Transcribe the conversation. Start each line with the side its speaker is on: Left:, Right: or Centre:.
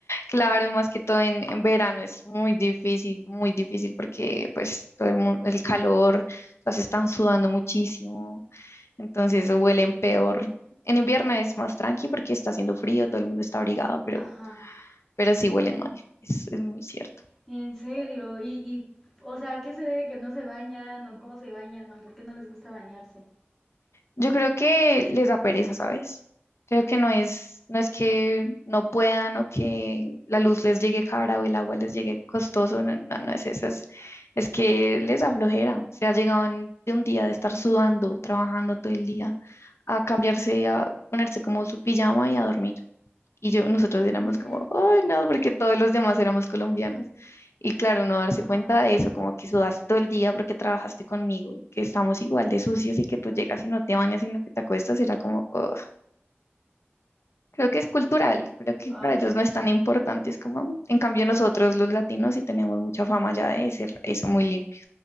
Left: Claro, más que todo en, en verano es muy difícil, muy difícil porque pues todo el, mu- el calor, las están sudando muchísimo, entonces huelen peor. En invierno es más tranqui porque está haciendo frío, todo el mundo está abrigado, pero,
Centre: Ajá.
Left: pero sí huelen mal, es, es muy cierto.
Centre: en serio. Y, y, o sea, ¿a qué se debe que no se bañan o cómo se bañan o por qué no les gusta bañarse?
Left: Yo creo que les da pereza, ¿sabes? Creo que no es, no es que no puedan o que la luz les llegue cara o el agua les llegue costoso, no, no, no es eso, es, es que les da flojera. O sea, llegaban de un día de estar sudando, trabajando todo el día, a cambiarse, a ponerse como su pijama y a dormir. Y yo, nosotros éramos
Centre: Ujú,
Left: como, oh, no, porque todos los demás éramos colombianos. Y claro, uno darse
Centre: Ajá.
Left: cuenta de eso, como que sudaste todo el día porque trabajaste conmigo, que estamos igual de sucios y que tú llegas y no te bañas, sino que te acuestas, era como, "Ugh". creo que es cultural, creo que
Centre: Ay,
Left: para ellos
Centre: sí.
Left: no es tan importante, es como, "Mm". en cambio nosotros los latinos sí tenemos mucha fama ya de ser eso muy limpio.